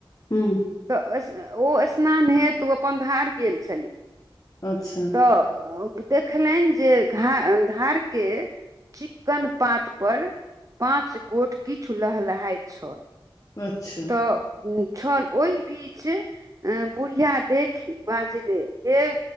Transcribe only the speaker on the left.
हू
अच्छ
अच्छ